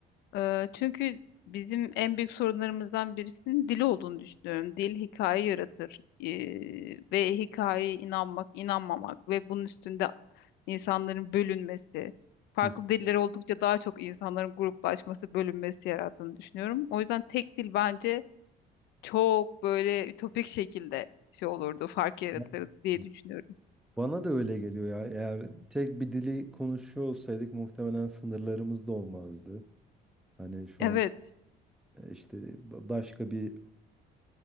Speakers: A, on the left; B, in the centre.
A: Ee, çünkü bizim en büyük sorunlarımızdan birisinin dil olduğunu düşünüyorum. Dil hikaye yaratır. Ee, ve hikayeye inanmak, inanmamak ve bunun üstünde insanların bölünmesi, farklı
B: Hı.
A: diller oldukça daha çok insanların gruplaşması, bölünmesi yarattığını düşünüyorum. O yüzden tek dil bence çok böyle ütopik şekilde şey olurdu, fark yaratırdı
B: <laughs>
A: diye düşünüyorum.
B: Bana da öyle geliyor ya. Eğer tek bir dili konuşuyor olsaydık muhtemelen sınırlarımız da olmazdı. Hani şu
A: Evet.
B: an e, işte ba- başka bir